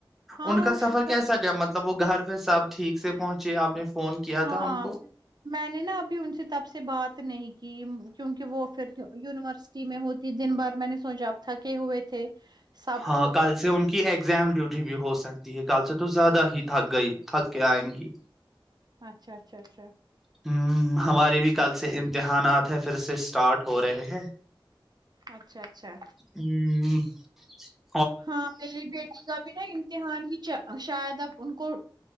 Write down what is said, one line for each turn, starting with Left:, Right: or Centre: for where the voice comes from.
Right: ہاں
Centre: ان کا سفر
Right: شکر
Centre: کیسا گ مطلب مطلب وہ گھر پہ سب ٹھیک سے پہنچے آپ نے فون کیا
Right: ہاں
Centre: تھا ان کو
Right: میں نے نا ابھی ان سے تب سے بات نہیں کیونکہ وہ پھر یونیورسٹی میں ہوتی دن بار میں نے سوچا تھا کہ ہوئے تھے سب
Centre: ہاں
Right: تو
Centre: کل سے ان کی ایگزام ڈ بھی ہو سکتی ہے کل سے تو زیادہ ہی تھک گئی تھک کے آئیں گی
Right: اچھا اچھا اچھا
Centre: ہ ہمارے بھی کل سے امتحانات پھر سے اسٹارٹ ہو رہے ہیں
Right: اچھا اچھا
Centre: ہوں <unintelligible>
Right: ہاں میری بیٹی کا بھی نا امتحان ہی شاید اب ان کو